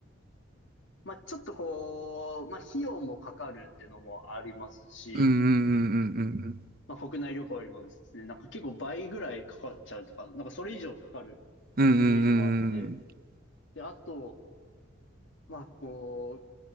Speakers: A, on the left; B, on the right.
A: まあ、ちょっとこう、まあ、費用もかかるっていうのもありますし、
B: うんうんうん
A: まあ、国内旅行よりもですね、なんか結構倍ぐらいかかっちゃうとか、なんかそれ以上かかる
B: うんうんうん。
A: イメージもあって、
B: うんうんうんうん
A: で、あと、まあ、こう、